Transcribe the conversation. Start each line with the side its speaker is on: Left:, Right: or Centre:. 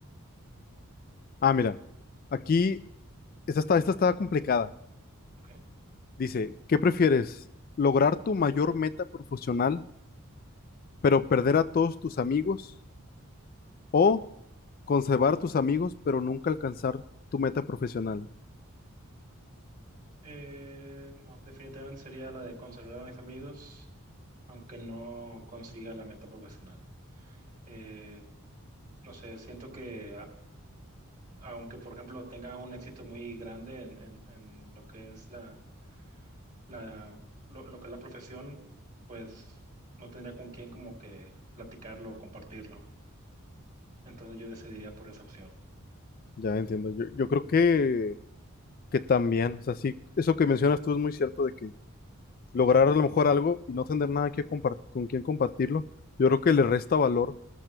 Left: Ah, mira, aquí esta está, esta está complicada.
Right: Ok.
Left: Dice, ¿qué prefieres? ¿Lograr tu mayor meta profesional, pero perder a todos tus amigos? ¿O conservar a tus amigos, pero nunca alcanzar tu meta profesional?
Right: Eh, no, definitivamente sería la de conservar a mis amigos, aunque no consiga la meta profesional. Eh, no sé, siento que a- aunque, por ejemplo, tenga un éxito muy grande en, en- en lo que es la, la lo, lo que es la profesión, pues no tendría con quién como que platicarlo o compartirlo. Entonces yo decidiría por esa opción.
Left: Ya entiendo. Yo, yo creo que, que también, o sea, sí, eso que mencionas tú es muy cierto de que lograr a lo mejor algo y no tener nada que compar- con quien compartirlo, yo creo que le resta valor